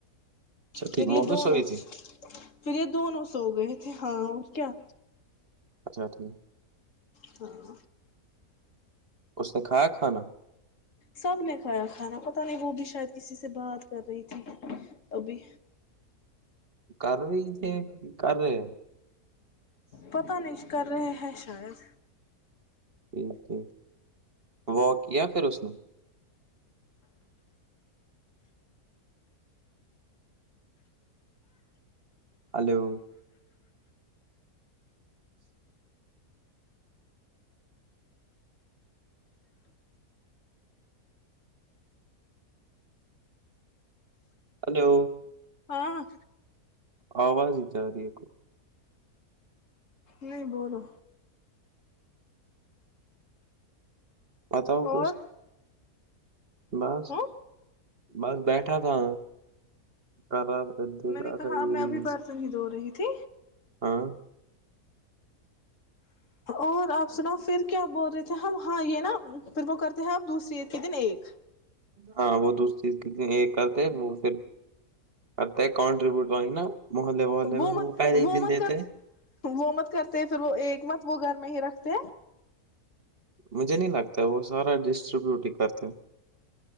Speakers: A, on the right (about 45°); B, on the left (about 55°).
A: اچھا
B: پھر
A: ٹھیک
B: یہ
A: وہ بھی
B: دون
A: سوئی
B: اس
A: تھی
B: پھر یہ دون اس سو گئے تھے ہاں اور کیا
A: اچھا ٹھیک
B: تو <unintelligible>
A: اس نے کھایا کھانا
B: سب نے کھایا کھانا پتا نہیں وہ بھی شاید کسی سے بات کر رہی تھی توبھی
A: کر رہی تھے کر رہے
B: پتا نہیں کر رہے ہیں شاید
A: ٹ ٹ <unintelligible> وہ کیا پھر اس نے ہلو ہلو
B: ہاں ہاں
A: آواز ہی جا رہی ہے کود
B: نہیں بولو
A: پتہ ہوکس
B: اور
A: بض
B: ہ
A: <unintelligible> بس بیٹھا تھا کر تھا دیکھ
B: میں نے
A: رہا
B: کہا
A: تھا یہ
B: میں
A: ریلس
B: ابھی برت نہیں د رہی تھی
A: ہاں
B: اور آپ سنا پھر کیا بول رہے تھے ہم ہاں یہ نا پھر وہ کرتے ہیں آپ دوسری عید کے دن ایک
A: ہاں وہ دوسری چیز کی ایک وہ پھر کرتے ہے کانٹریبیوٹ وہ نا محلے محلے
B: وہ
A: میں
B: مت
A: پہلے ہی
B: وہ
A: دن
B: مت
A: دیتے
B: کر
A: ہیں۔
B: وہ مت کرتے پھر وہ ایک مت وہ گھر میں ہی رکھتے ہیں
A: مجھے نہیں لگتا وہ سارا ڈسٹریبیوٹ ہی کرتے